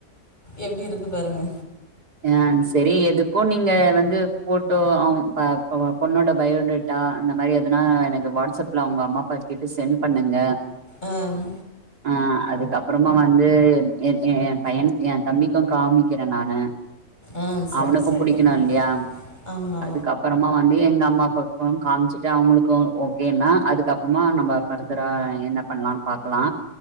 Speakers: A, on the left (about 25°); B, on the right (about 60°).
A: எப்டி இருக்கு பாருங்க
B: ஆ சரி எதுக்கு நீங்க வந்து போட்டோ அவ பா பொண்ணோடய பயோடேட்டா இந்த மாதிரி எதுனா எனக்கு வாட்ஸ்அப்ல அவங்க அம்மா அப்பா கேட்டு சென்ட் பண்ணுங்க
A: ஆ ம்
B: ஆ அதுக்கப்றமா வந்து எ எ எ பையனுகு எ தம்பிக்கு காமிக்கிறே நானு
A: ஆ சரி
B: அவனுக்கு
A: சரி
B: பிடிக்கணு
A: கண்டிப்பா
B: இல்லையா
A: ஆமா
B: அதுக்கு அப் றமா வந்து எங்க அம்மா அப்பாக்கு காமிச்சுட்டு அவங்களுக்கு ஓகேனா அதுக்கப்றமா நம்ம ஃபர்தரா என்ன பண்ணலானு பாக்கலா